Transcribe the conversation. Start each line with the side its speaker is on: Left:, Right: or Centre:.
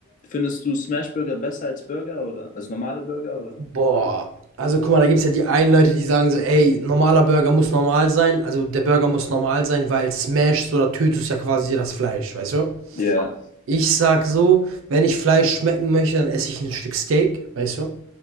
Left: findest du Smashburger besser als Burger oder als normale Burger oder?
Right: Boah, also guck mal, da gibt's ja die einen Leute, die sagen so, ey, normaler Burger muss normal sein, also der Burger muss normal sein, weil smashst oder tötest ja quasi das Fleisch, weißt du?
Left: Ja.
Right: Ich sag so, wenn ich Fleisch schmecken möchte, dann esse ich ein Stück Steak, weißt du?